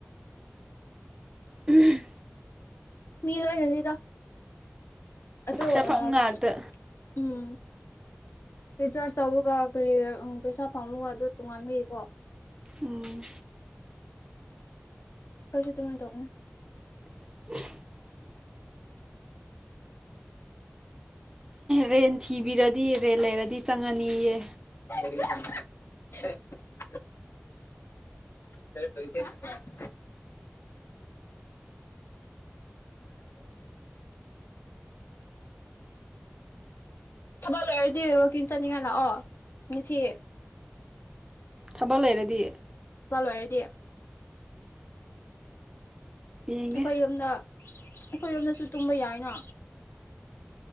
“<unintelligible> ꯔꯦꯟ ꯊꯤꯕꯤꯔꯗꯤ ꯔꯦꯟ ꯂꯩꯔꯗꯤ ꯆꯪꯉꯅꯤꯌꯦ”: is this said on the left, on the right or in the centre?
Right